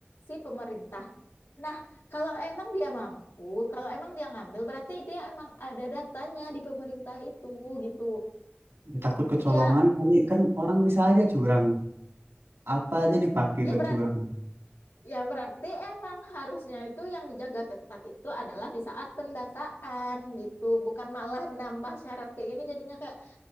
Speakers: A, on the left; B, on the right.
A: si pemerintah nah kalau emang dia mampu kalau emang dia ngambil berarti dia emang ada datanya di pemerintah itu gitu
B: Ya, takut kecolongan
A: ya
B: kali kan orang bisa aja curang. Apa aja dipakai
A: ya
B: buat
A: berarti.
B: curang.
A: Ya, berarti emang harusnya itu yang dijaga ketat itu adalah di saat pendataan gitu, bukan malah nambah syarat kayak gini jadinya kayak